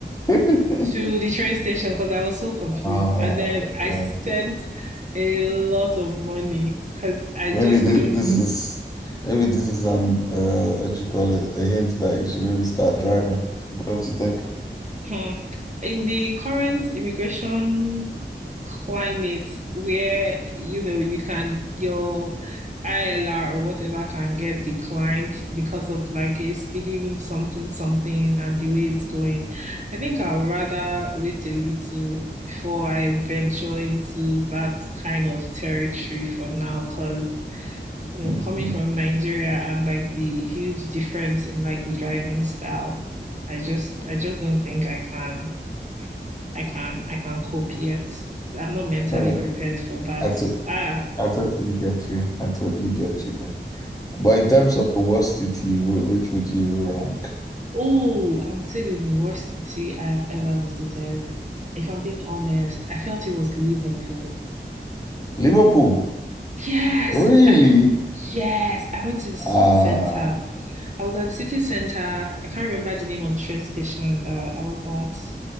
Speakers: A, on the left; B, on the right.
A: <laughs>
B: to the train station because I was so confused.
A: Oh
B: And then I
A: God.
B: spent a lot of money because I
A: Maybe
B: just
A: this,
B: couldn't
A: this is maybe this is an uh what you call it a hint that you should maybe start driving. Don't you think?
B: Hmm. In the current immigration climate where you know you can your ILR or whatever can get declined because of like a speeding something something and the way it's going, I think I'll rather wait a little before I venture into that kind of territory for now because you
A: Mhm.
B: know, coming from Nigeria and like the huge difference in like the driving style, I just I just don't think I can I can I can cope yet. I'm not mentally
A: Oh,
B: prepared for that.
A: I to-
B: Ah,
A: I totally get you. I totally get you. But in terms of the worst city, whi- which would you rank?
B: oh, I would say the worst city I have ever visited. If I'm being honest, I felt it was Liverpool.
A: Liverpool,
B: Yes,
A: really?
B: I yes, I went to the city
A: Ah,
B: center. I was at the city center. I can't remember the name of the train station that I was at.